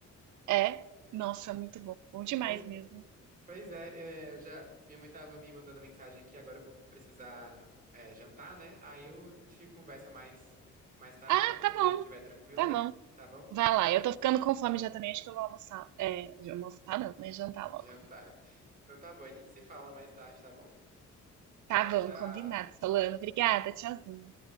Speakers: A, on the right; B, on the right.
A: É,
B: É.
A: nossa, muito bom. Bom demais
B: Pois,
A: mesmo.
B: pois é, é, eu já, minha mãe tava me mandando mensagem aqui, agora eu vou precisar, é, jantar, né? Aí eu, a gente conversa mais, mais tarde,
A: Ah,
B: tá? Se
A: tá
B: você
A: bom,
B: estiver tranquila,
A: tá bom.
B: tá bom?
A: Vai lá, eu tô ficando com fome já também, acho que eu vou almoçar. É, almoçar não, né? Jantar
B: <laughs>
A: logo.
B: Jantar. Então tá bom, a gente se fala mais tarde, tá bom?
A: Tá
B: Tchau,
A: bom,
B: tchau.
A: combinado, Solano. Obrigada, tchauzinho.